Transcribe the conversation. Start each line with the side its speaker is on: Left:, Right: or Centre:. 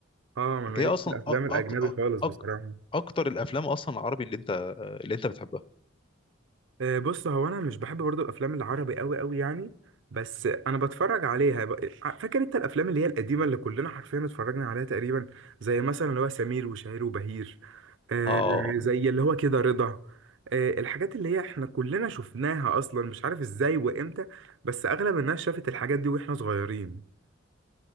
Right: اه ما ماليش
Left: أنت إيه
Right: في
Left: أصلا
Right: الافلام
Left: أك
Right: الاجنبي
Left: أك
Right: خالص بصراحه
Left: أك أكتر الأفلام أصلا العربي اللي أنت اللي أنت بتحبها
Right: آه، بص هو انا مش بحب برضو الافلام العربي قوي قوي يعني بس انا بتفرج عليها ب- فاكر انت الافلام اللي هي القديمه اللي كلنا حرفيا اتفرجنا عليها تقريبا زي مثلا اللي هو سمير وشهير وبهير آه،
Left: آه
Right: زي اللي هو كده رضا آه، الحاجات اللي هي احنا كلنا شفناها اصلا مش عارف ازاي وامتى بس اغلب الناس شافت الحاجات دي واحنا صغيرين